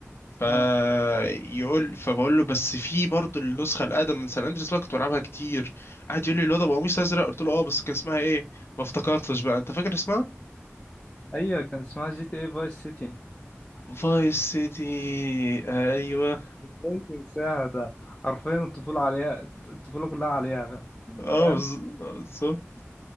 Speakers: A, on the left; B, on the left.
A: فيقول
B: اه
A: فبقول له بس في برضه النسخه الاقدم من سان اندريس بقى كنت بلعبها كتير قعد يقول لي الواد ابو قميص ازرق قلت له اه بس كان اسمها ايه ما افتكرتش بقى انت فاكر اسمها
B: ايوه كان اسمها جي تي اي فايس سيتي
A: فايس سيتي ايوه
B: ازاي تنساها ده حرفيا الطفولة عليها الطفولة كلها عليها
A: اه
B: فاهم
A: بز- آه، بالظبط